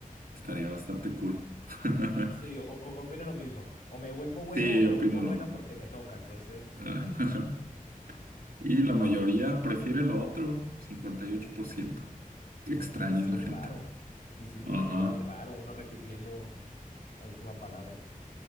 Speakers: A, on the right; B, on the left.
A: Estaría bastante cool. <laughs>
B: Sí, o- o- opino lo mismo. O me vuelvo bueno
A: Sí,
B: o me
A: opino
B: vuelvo
A: lo
B: bueno
A: mismo.
B: porque me toca. Entonces,
A: <laughs>
B: <laughs>
A: Y la mayoría prefiere lo otro, cincuenta y ocho por ciento Qué extraña
B: no, tiene que ser
A: es la
B: muy
A: gente.
B: raro. Sí, sí,
A: Ajá.
B: tiene que ser muy raro uno repitiendo la última palabra.